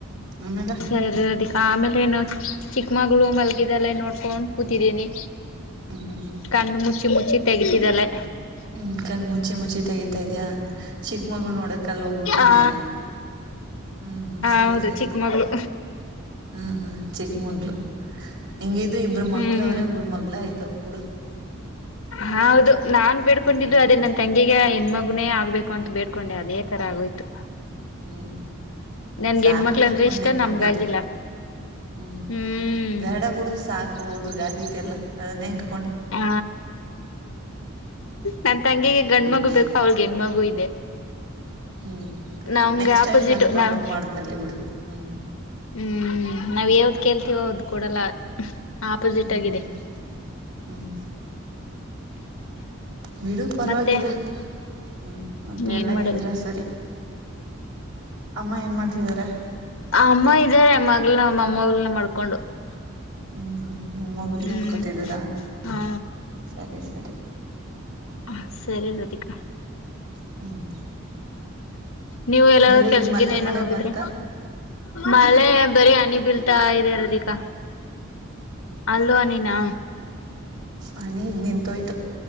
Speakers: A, on the right; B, on the left.
A: ಆಮೇಲೆ
B: ಸರಿ ರಾದಿಕ ಆಮೇಲೆನು? ಚಿಕ್ಕಮಗ್ಳು ಮಲ್ಗಿದಾಳೆ ನೋಡ್ಕೊಂಡ್ ಕೂತಿದ್ದೀನಿ.
A: ಹ್ಮ್ ಹ್ಮ್
B: ಕಣ್ಣ್ ಮುಚ್ಚಿ ಮುಚ್ಚಿ ತೆಗಿತಿದ್ದಾಳೆ.
A: ಹ್ಮ್ ಕಣ್ ಮುಚಿ ಮುಚ್ಚಿ ತೆಗಿತಾ ಇದ್ಯಾ? ಚಿಕ್ಕ ಮಗು ನೋಡಕ್ಕಲ್ ಹೋಗ್ಬಿಟ್ಟಿದೀಯ
B: ಆ
A: ಹ್ಮ್ ಹ್ಮ್ ಸರಿ
B: ಹೌದು
A: ಸರಿ
B: ಚಿಕ್ಕ ಮಗಳು
A: ಹ್ಮ್ ಹ್ಮ್ ಚಿಕ್ಕ ಮಗಳು. ಹೆಂಗಿದ್ರು ಇಬ್ರ್ ಮಕ್ಳ
B: ಹ್ಮ್
A: ಅವ್ರೆ ಉಳ್ ಮಗಳ ಐ ತು ಬುಡು
B: ಹೌದು ನಾನ್ ಬೇಡ್ಕೊಂಡಿದ್ದು
A: ಹ್ಮ್
B: ಅದೇ ನನ್ ತಂಗ್ ಗಿಗ ಹೆಣ್ಣ್ ಮಗುನೇ ಆಗ್ಬೇಕು ಅಂತ್ ಬೇಡ್ಕೊಂಡೆ ಅದೇ ತರ ಆಗೋಯ್ತು.
A: ಹ್ಮ್ಮ್
B: ನನ್ಗೆ
A: ಸಾಕ್
B: ಹೆಣ್ಮಕ್ಳ
A: ಬಿಡು
B: ಅಂದ್ರೆ
A: ವಂದಿನ
B: ಇಷ್ಟ ನಮ್ಗಾಗಿಲ್ಲ
A: ಮುಗಿದ್ರ ಹ್ಮ್ಮ್
B: ಹ್ಮ್
A: ಬೇಡಾಬಿಡು ಸಾಕು ಒಬ್ಬರಿಗೆ ಆಗಿದೆಯಲ್ಲ. ಅದನ್ನೇು <unintelligible>
B: ಹ ನನ್ ತಂಗಿಗೆ ಗಂಡ್ಮಗು
A: ಹ್ಮ್
B: ಬೇಕು ಅವ್ರಿಗೆ ಹೆಣ್ಮಗು ಇದೆ.
A: ಹ್ಮ್
B: ನಮ್ಗೆ
A: ನೆಕ್ಸ್ಟ್
B: ಆಪೋಸಿಟ್
A: ಟೈಮ್ ಗನಪಾಪ
B: ನಾವ್
A: ಮಾಡ್ಕಲ್ಲಿ ಬಿಡ ಹ್ಮ್
B: ಹ್ಮ್ ನಾವ್ ಯಾವ್ದ್ ಕೇಳ್ತೀವೋ ಅವದ್ ಕೊಡಲ್ಲ ಆಪೋಸಿಟ್
A: ಹ್ಮ್
B: ಆಗಿದೆ
A: ಹ್ಮ್ ಬಿಡು ಪರವಾಗಿಲ್ಲ
B: ಮತ್ತೆ
A: ಹ್ಮ್ ಮತ್ತೆ
B: ಏನ್
A: ಎಲ್ಲ
B: ಮಾಡೋದು
A: ಎಲ್ರ ಸರಿ ಅಮ್ಮ ಏನ್ ಮಾಡ್ತ ದೇವರೆ
B: ಆ ಅಮ್ಮ ಇದ್ದಾರೆ ಮಗ್ನ ಅಮ್ಮನ ಮಾಡ್ಕೊಂಡು.
A: ಹ್ಮ್ ಹ್ಮ್ ನಿ ಮಗಲ್
B: ಹ್ಮ್
A: ನೋಡ್ಕೊತಿದ್ದಾರಾ
B: ಹ
A: ಸರಿ ಸರಿ
B: ಹ ಸರಿ ರಾಧಿಕಾ
A: ಹ್ಮ್
B: ನೀವು ಎಲ್ಲ
A: ನೆಲ
B: ಕೆಲ್ಸಗನ್
A: ಈಗ ಮತ್ತೆ
B: ಏನ
A: ಮಳೆ
B: ಹೋಗಿದ್ರೆ
A: ಬಂತ ಹ
B: ಮಲೆ ಬರಿೀ ಅನಿ ಬ್. ಬೀಳ್ತಾ ಇದೆ ರದಿಕ. ಅಲ್ಲು ಹನಿನಾ
A: ಆ ನೀಗ್ ನಿಂತುೋಯ್ತು